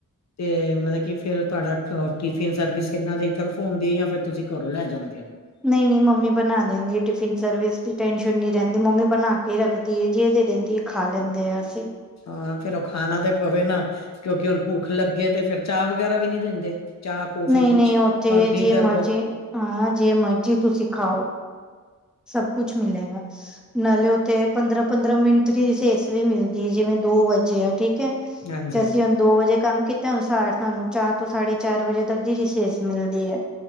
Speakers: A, on the left; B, in the centre.
A: ਤੇ ਮਤਲਬ ਕੀ ਫੇਰ ਤੁਹਾਡਾ ਟਿਫਿਨ ਸਰਵਿਸ ਇਨਾਂ ਦੇ ਤਰਫੋ ਹੁੰਦੀ ਏ ਯਾ ਫਿਰ ਤੁਸੀਂ ਕਰੋਂ ਲੈ ਜਾਂਦੇ ਔ?
B: ਨਈ-ਨਈ ਮੰਮੀ ਬਣਾ ਦੇ ਦਿੰਦੀ ਟਿਫਿਨ ਸਰਵਿਸ ਦੀ ਟੈਨਸ਼ਨ ਨੀ ਰੇਂਦੀ ਮੰਮੀ ਬਣਾ ਕੇ ਰੱਖਦੀ ਐ ਜੇ ਦੇ ਦਿੰਦੀ ਖਾ ਲੈਂਦੇ ਆ ਅਸੀਂ।
A: ਹਾਂ ਫੇਰ ਉਹ ਖਾਣਾ ਤੇ ਪਵੇ ਨਾ, ਕਿਉਂਕਿ ਹੁਣ ਭੁੱਖ ਲੱਗੇ ਤੇ ਫੇਰ ਚਾ ਵਗੈਰਾ ਵੀ ਨੀ ਦਿੰਦੇ? ਚਾਹ ਕੌਫੀ
B: ਨਈ-ਨਈ
A: ਕੁਛ
B: ਉੱਥੇ
A: ਕੰਪਨੀ
B: ਜੇ
A: ਤਰਫੋਂ
B: ਮਰਜੀ ਹਾਂ ਜੇ ਮਰਜ਼ੀ ਤੁਸੀਂ ਖਾਓ। ਸਭ ਕੁਛ ਮਿਲੇਗਾ, ਨਾਲੇ ਉੱਥੇ ਪੰਦਰਾਂ-ਪੰਦਰਾਂ ਮਿੰਟ ਦੀ ਰੀਸੇਸ ਵੀ ਮਿਲਦੀ ਐ, ਜਿਵੇਂ ਦੋ ਵੱਜੇ ਐ ਠੀਕ ਐ
A: ਹਾਂਜੀ
B: ਤੇ ਅਸੀਂ ਹੁਣ ਦੋ ਵਜੇ ਕੰਮ ਕੀਤਾ ਅਨੁਸਾਰ ਸਾਨੂੰ ਚਾਰ ਤੋਂ ਸਾਢੇ ਚਾਰ ਵਜੇ ਤੱਕ ਦੀ ਰੀਸੇਸ ਮਿਲਦੀ ਐ।